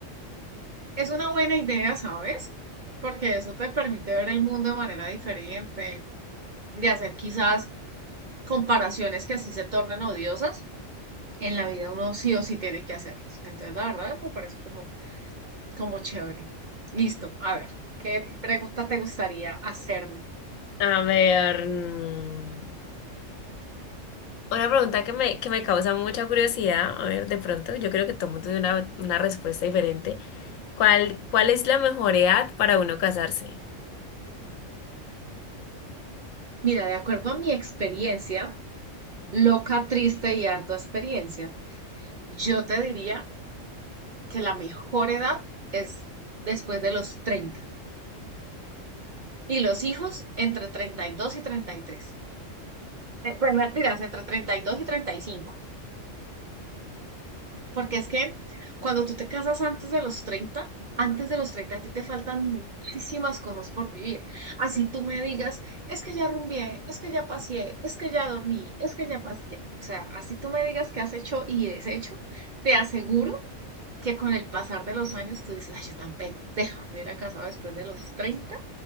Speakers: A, on the right; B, on the left.
A: Es una buena idea, ¿sabes? Porque eso te permite ver el mundo de manera diferente, de hacer quizás comparaciones que así se tornen odiosas. En la vida uno sí o sí tiene que hacerlas. Entonces, la verdad, me parece como, como chévere. Listo, a ver, ¿qué pregunta te gustaría hacerme?
B: A ver, mm, una pregunta que me, que me causa mucha curiosidad, a ver, de pronto, yo creo que todo el mundo tiene una, una respuesta diferente. ¿Cuál, cuál es la mejor edad para uno casarse?
A: Mira, de acuerdo a mi experiencia, Loca, triste y harta experiencia. Yo te diría que la mejor edad es después de los 30 y los hijos entre treinta y 33. Eh, Pues mentiras, entre treinta y dos y y treinta y cinco, Porque es que cuando tú te casas antes de los 30, antes de los 30, a ti te faltan muchísimas cosas por vivir. Así tú me digas, es que ya rumbié, es que ya paseé, es que ya dormí, es que ya pasé. O sea, así tú me digas que has hecho y deshecho, te aseguro que con el pasar de los años tú dices, ay, yo tan pendeja, me hubiera casado después de los 30